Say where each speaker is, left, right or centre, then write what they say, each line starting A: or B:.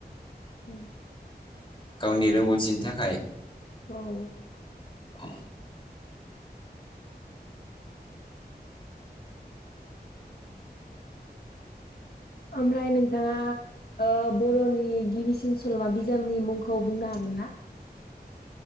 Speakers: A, on the left; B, on the left.
A: <inaudible>
B: गावनि रोंगौथिनि थाखाय
A: औ
B: उम
A: ओमफ्राय नोंथाङा ओ बरनि गिबिसिन सल'मा बिजाबनि मुंखौ बुंनो हागोन ना?